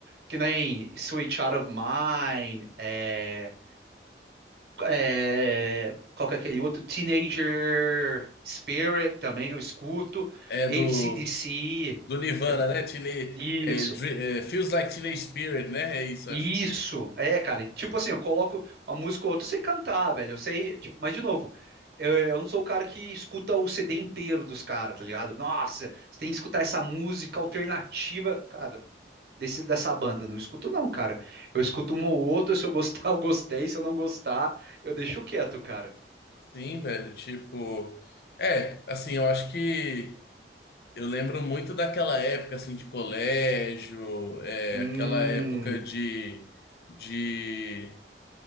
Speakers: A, on the right (about 65°); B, on the left (about 60°).
A: que nem Sweet Child of Mine, é, é, qual que é aquele outro? Teenager Spirit também eu escuto,
B: É do...
A: AC/DC,
B: Do Nirvana,
A: é tudo-
B: né? Teenage,
A: isso.
B: é, Dre- é, Feels Like Teenage Spirit, né? É isso,
A: Isso,
B: acho.
A: é, cara. e, Tipo assim, eu coloco uma música ou outra, eu sei cantar, velho. Eu sei, tipo, mas de novo, eu, eu não sou o cara que escuta o CD inteiro dos caras, tá ligado? Nossa, você tem que escutar essa música alternativa, cara, desse, dessa banda. eu Não escuto, não, cara. Eu escuto uma ou outra, se eu gostar, <laughs> eu gostei. Se eu não gostar, eu deixo quieto, cara.
B: Sim, velho. Tipo. É, assim, eu acho que. Eu lembro muito daquela época, assim, de colégio, é,
A: Hum,
B: aquela época de. De.